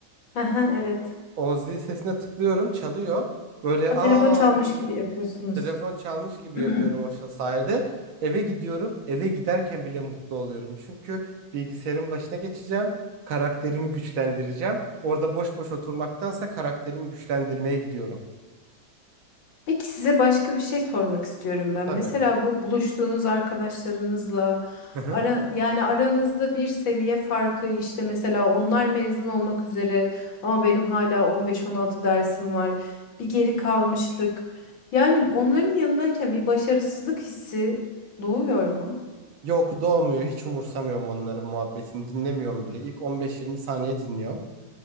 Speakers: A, on the left (about 75°); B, on the right (about 80°).
A: Aha, evet.
B: O zil sesine tıklıyorum çalıyor. Böyle
A: Ha,
B: aa
A: telefon çalmış
B: diyorum.
A: gibi yapıyorsunuz.
B: Telefon çalmış gibi
A: <clears throat>
B: yapıyorum o şa- sayede. Eve gidiyorum. Eve giderken bile mutlu oluyorum. Çünkü bilgisayarın başına geçeceğim. Karakterimi güçlendireceğim. Orada boş boş oturmaktansa karakterimi güçlendirmeye gidiyorum.
A: Peki size başka bir şey sormak istiyorum ben.
B: Tabii.
A: Mesela bu buluştuğunuz arkadaşlarınızla
B: Hı hı.
A: ara, yani aranızda bir seviye farkı işte mesela onlar mezun olmak üzere ama benim hala on beş on altı dersim var. Bir geri kalmışlık. Yani onların yanındayken bir başarısızlık hissi doğuyor mu?
B: Yok doğmuyor. Hiç umursamıyorum onların muhabbetini. Dinlemiyorum bile. İlk 15-20 saniye dinliyorum.